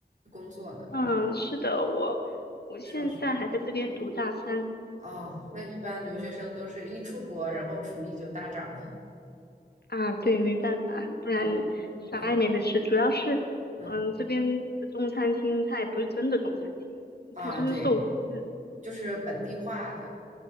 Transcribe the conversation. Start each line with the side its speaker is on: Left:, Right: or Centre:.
Right: 工作呢？
Left: 嗯，是的，我我现在还在这边读大三
Right: 上学。哦，那一般留学生都是一出国，然后厨艺就大涨了。
Left: 啊。对，没办法，不然
Right: 嗯嗯
Left: 啥也没得吃。主要是，
Right: 嗯，
Left: 嗯，这边的中餐厅它也不是真的中餐厅，
Right: 啊，
Left: 它就是寿司。
Right: 对，就是本地化的。